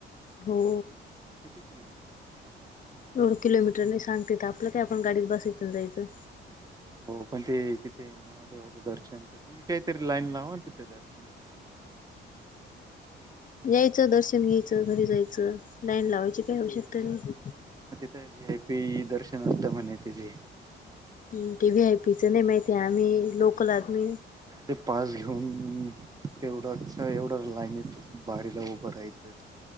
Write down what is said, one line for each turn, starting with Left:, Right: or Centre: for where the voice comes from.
Left: हो.
Right: किती किलोमीटर असतात साधारण.
Left: एवढं किलोमीटर नाही सांगते. आपलं का आपण गाडीत बसायच जायचं.
Right: हो पण ते तिथे महादेवाचं दर्शन ते, तुम्ही काहीतरी लाईन लावा ना तिथे दर्शनच आम्हाला. पण
Left: यायचं दर्शन घ्यायचं, घरी जायचं. लाईन लावायची काय आवश्यकता नाही.
Right: वीआयपी दर्शन होत म्हणे तिची.
Left: हं टी व्ही हाय पीचर नाही माहिती, आम्ही लोकल आदमी
Right: ते पास घेऊन. तेवढा एवढं लाईन बारीला उभं राहायचं.